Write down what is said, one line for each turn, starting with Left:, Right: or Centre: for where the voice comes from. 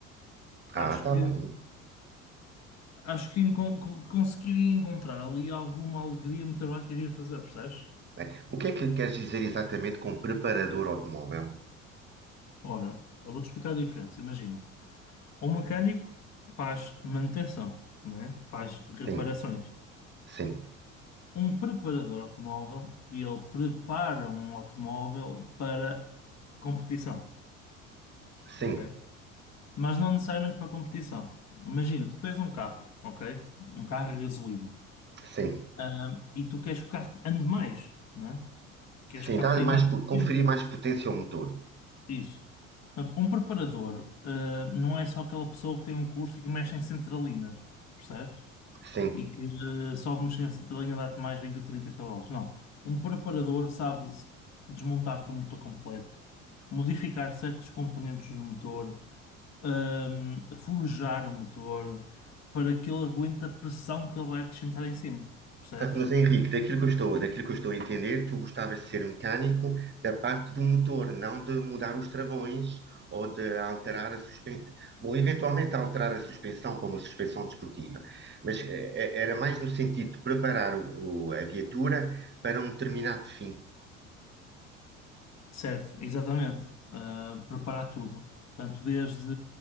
Right: ah,
Left: Acho
Right: tá
Left: que,
Right: bem.
Left: acho que encon- co- conseguiria encontrar ali alguma alegria no trabalho que iria fazer, percebes?
Right: né? O que é que queres dizer exatamente com preparador automóvel?
Left: Ora, eu vou-te explicar a diferença. Imagina. Um mecânico faz manutenção, né? Faz reparações.
Right: Sim, sim,
Left: Um preparador automóvel, ele prepara um automóvel para competição, ok?
Right: sim,
Left: Mas não necessariamente para competição. Imagina, tu tens um carro, ok? Um carro a gasolina.
Right: sim,
Left: Ahm, e tu queres que o carro ande mais, né? Queres
Right: sim.
Left: que o carro
Right: Dar-lhe
Left: tenha mais
Right: mais, po-
Left: potência.
Right: conferir mais potência ao motor.
Left: Isso. Portanto, Um preparador, ah, não é só aquela pessoa que tem um curso e que mexe em centralinas, percebes?
Right: Sim.
Left: e que eh, só uma mexer de linha dá-te mais 20 a 30 cavalos. Não. Um preparador sabe se- desmontar-te um motor completo, modificar certos componentes do motor, ahm, forjar o motor para que ele aguente a pressão que ele vai acrescentar em cima. Percebes?
Right: Portanto, mas Henrique, daquilo que eu estou, daquilo que eu estou a entender, tu gostavas de ser mecânico da parte do motor, não de mudar os travões ou de alterar a suspensão. Bom, eventualmente alterar a suspensão para uma suspensão desportiva, mas eh, eh, era mais no sentido de preparar o- o- a viatura para um determinado fim.
Left: Certo, exatamente. Ah, preparar tudo. Portanto, desde.